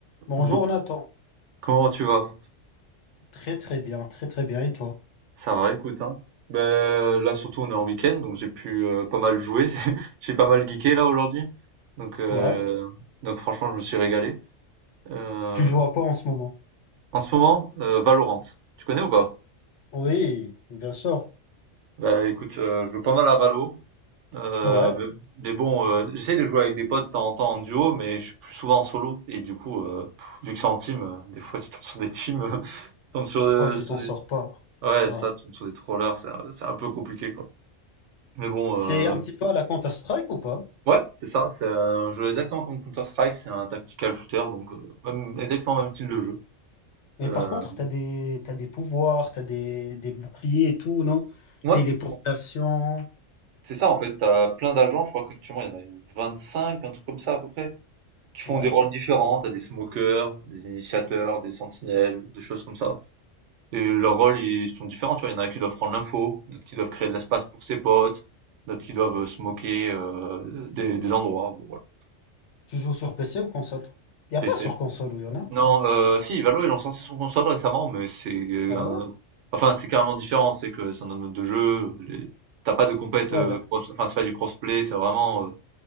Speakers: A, on the left (about 65°); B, on the right (about 75°).
A: Bonjour
B: Bon,
A: Nathan.
B: comment tu vas?
A: Très très bien, très très bien. Et toi?
B: Ça va, écoute, hein. Ben, là, surtout, on est en week-end, donc j'ai pu euh, pas mal jouer. <laughs> J'ai pas mal geeké, là, aujourd'hui. Donc, euh,
A: Ouais.
B: donc, franchement, je me suis régalé. Euh,
A: Tu joues à quoi en ce moment?
B: en ce moment, euh, Valorant. Tu connais ou pas?
A: Oui, bien sûr.
B: Ben écoute, euh, je joue pas mal à Valo. Euh,
A: Ouais.
B: mais, mais bon, euh, j'essaie de jouer avec des potes de temps en temps en duo, mais je suis plus souvent en solo. Et du coup, euh, pff, vu que c'est en team, euh, des fois, <laughs> tu tombes sur des teams, euh, <laughs> tu tombes sur, euh,
A: Ouais, tu
B: sur
A: t'en
B: des...
A: sors pas.
B: Ouais,
A: Ouais.
B: ça, tu tombes sur des trollers, c'est un c'est un peu compliqué, quoi. Mais bon,
A: C'est
B: euh,
A: un petit peu à la Counter-Strike ou pas?
B: Ouais, c'est ça, c'est un jeu exactement comme Counter-Strike, c'est un tactical shooter, donc heu, même exactement le même style de jeu.
A: Mais
B: Heu,
A: par contre, t'as des t'as des pouvoirs, t'as des, des boucliers et tout, non?
B: ouais,
A: Téléportation.
B: c'est ça. C'est ça, en fait, T'as plein d'agents, je crois qu'actuellement il y en a 25, un truc comme ça à peu près, qui font
A: Ouais.
B: des rôles différents. T'as des smokers, des initiateurs, des sentinelles, des choses comme ça. Et leurs rôles, ils sont différents, tu vois, il y en a qui doivent prendre l'info, d'autres qui doivent créer de l'espace pour ses potes, d'autres qui doivent, heu, smoker, heu, des des endroits, bon voilà.
A: Tu joues sur PC ou console? Y a
B: Et
A: pas
B: c'est
A: sur console où y en a?
B: Non, heu, si, Valo, ils l'ont sorti son console récemment, mais c'est euh,
A: Ah
B: un
A: ouais?
B: enfin, c'est carrément différent. C'est que c'est un autre mode de jeu, les tu pas de compète,
A: Ouais,
B: heu,
A: là,
B: cross enfin, c'est pas du crossplay, c'est vraiment, heu,